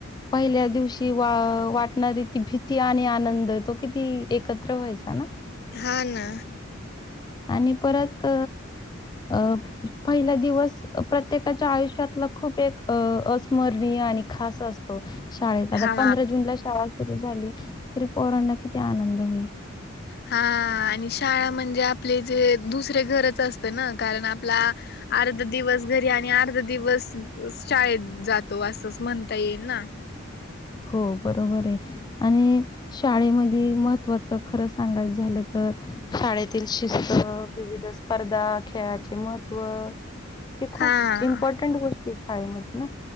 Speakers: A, on the left; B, on the left.
A: पहिल्या दिवशी वा वाटणारी ती भीती आणि आनंद तो किती एकत्र व्हायचा ना
B: हा ना
A: आणि परत अ पहिला दिवस प्रत्येकाच्या आयुष्यातला खूप एक अ अस्म रणीय आणि खास अस तो शाळेचा आता
B: हा
A: पंधरा जून ला शाळा सुरू झाली तरी पोरांना किती आनंद होईल
B: हा आणि शाळा म्हणजे आपले जे दुसरे घरच असते ना कारण आपला अर्धा दिवस घरी आणि अर्धा दिवस शाळेत जातो असंच म्हणता येईल ना
A: हो बरोबर आहे आणि शाळेमध्ये महत्वाचं खरं सांगायचं झालं तर शाळेतील शिस्त विविध स्पर्धा खेळाचे महत्त्व हे खूप
B: हा
A: इम्पॉर्टंट गोष्टी शाळेमध्ये ना